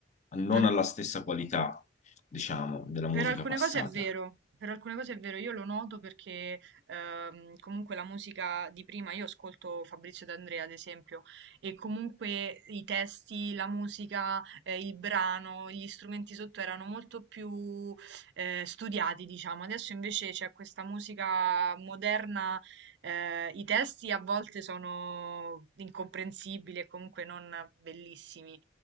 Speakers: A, on the left; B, on the right.
A: non
B: Non-
A: alla stessa qualità, diciamo, della musica
B: per alcune
A: passata.
B: cose è vero, per alcune cose è vero, io lo noto perché ehm, comunque la musica di prima, io ascolto Fabrizio D'Andrea ad esempio, e comunque i testi, la musica, eh, il brano, gli strumenti sotto erano molto più eh, studiati, diciamo. Adesso invece c'è questa musica moderna, eh, i testi a volte sono incomprensibili e comunque non bellissimi.